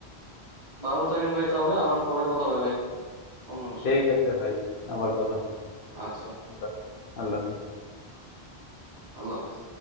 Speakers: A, on the right; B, on the left.
A: ভালো থাকেন ভাই তাহলে আবার পরে কথা হবে ভাই কোনো বিষয়
B: ঠিক আছে ভাই আবার কথা হবে
A: আচ্ছা
B: আচ্ছা, আল্লাহ হাফেজ
A: আল্লাহ হাফেজ।